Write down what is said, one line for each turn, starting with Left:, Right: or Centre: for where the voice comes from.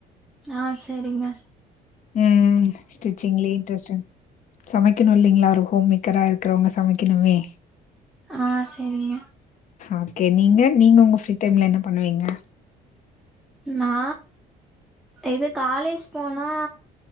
Centre: ஆ சரிங்க
Left: ம் ஸ்டிச்சிங்ல இன்ட்ரெஸ்ட் சமைக்கணு இல்லலைங்களா ஒரு ஹோம் மேக்கரா இருக்கிறவங்க சமைக்கணுமே
Centre: ஆ செரிங்க
Left: ஓகே நீங்க நீங்க உங்க ஃப்ரீ டைம்ல என்ன பண்ணுவீங்க
Centre: நா இது காலேஜ் போனா